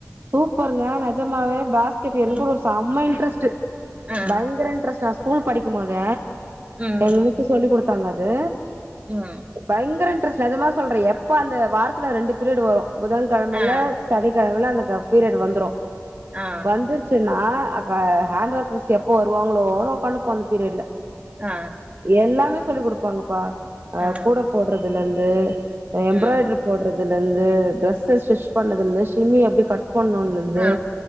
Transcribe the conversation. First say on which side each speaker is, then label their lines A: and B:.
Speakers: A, on the right (about 50°); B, on the right (about 25°).
A: சூப்பருங்க நெஜமாவே பாஸ்கெட் எனக்கூம்
B: ம்
A: செம்ம இன்ட்ரெஸ்ட்டு
B: ஆ
A: பயங்கர இன்ட்ரெஸ்ட் நா ஸ்கூல் படிக்கும் போத
B: ம்
A: எங்க வீட்ல சொல்லி் குடுத்தாங்க அது
B: ம்
A: பயங்கர இன்ட்ரெஸ்ட் நெஜமா சொல்றே எப்ப அந்த வாரத்துல ரெண்டு பீரியட் வரும் புதன்கெழமல்ல
B: ஆ
A: சனி நா வேண்ணா அந்த பீரியட் வந்துரும்
B: ஆ
A: வந்து ஜ நா அ ஹேண்ட் ஒர்க் மிஸ்சு எப்போ வருவாங்களோ உக்காட்டுப்போ அந்த பீரியட்ல
B: அ
A: எல்லாமே சொல்லி குடுப்பாங்கப்பா அ
B: ஆ ஆ
A: கூட போட்றதுல அ எம்ராய்ட்ரு
B: ம்
A: போடுறதுல்ல இருந்து டிரெஸ் ஸ்டிச் பண்ணதுல இருந்து ஷிம்மி எப்டி கட் பண்ணும்னுலந் து
B: ஆ